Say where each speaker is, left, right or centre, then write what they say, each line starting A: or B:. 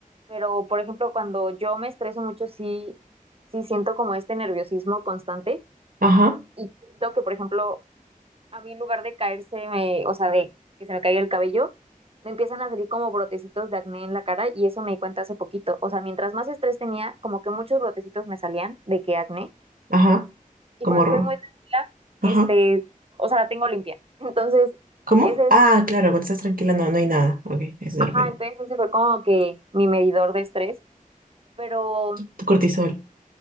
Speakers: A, on the right; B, on the right.
A: Pero, por ejemplo, cuando yo me estreso mucho, sí, sí siento como este nerviosismo constante
B: Ajá,
A: y siento que, por ejemplo, a mí en lugar de caerse, me- o sea, de que se me caiga el cabello, me empiezan a salir como brotecitos de acné en la cara y eso me di cuenta hace poquito. O sea, mientras más estrés tenía, como que muchos brotecitos me salían de que acné
B: ajá,
A: y
B: como,
A: cuando
B: ro-
A: estoy muy tranquila,
B: ajá,
A: este, o sea, la tengo limpia. <laughs> Entonces...
B: ¿cómo?
A: Ese
B: Ah,
A: es
B: claro, cuando estás tranquila no, no hay nada. Ok, eso te
A: Ajá,
B: refiere.
A: entonces ese fue como que mi medidor de estrés, pero,
B: Tu cortisol.